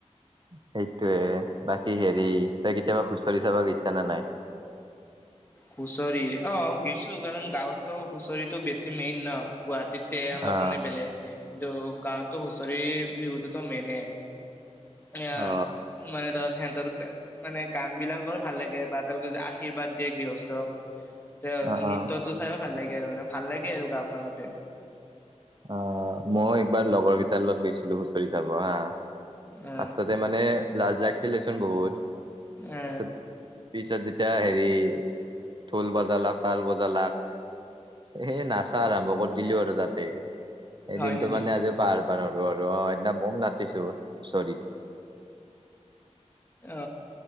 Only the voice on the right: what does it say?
সেইটোয়ে বাকী হেৰি তই কেতিয়াবা হুঁচৰি চাব গেইছা নে নাই।
অ
অ
অ
অ
অ' মই একবাৰ লগৰ কেইটাৰ লগত গেছিলো হুঁচৰি চাব হা। ফাৰ্ষ্টতে
মানে লাজ লাগছিলেচোন বহুত
তাৰ পিছত মানে। এতিয়া হেৰি ঢোল-বজালাক, তাল বজালাক। সেই নাচা আৰম্ভ কৰি দিলো আৰু তাতে সেইদিনতটো
মানে আজি পাহাৰ ৰ আৰু অ' সেইদিনা বম নাচিছো হুঁচৰিত।